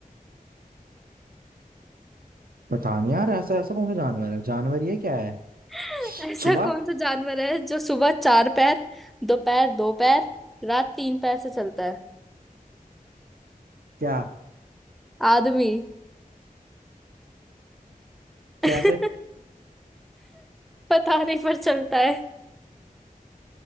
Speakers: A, on the right; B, in the centre.
A: पता नहीं यार ऐसा ऐसा कौन सा जानवर है जानवर ये क्या है
B: <laughs> ऐसा
A: सुबह
B: कौन सा जानवर है जो सुबह चार पैर दोपहर दो पैर रात तीन पैर से चलता है
A: क्या
B: आदमी
A: कैसे
B: <laughs> पता नहीं पर चलता है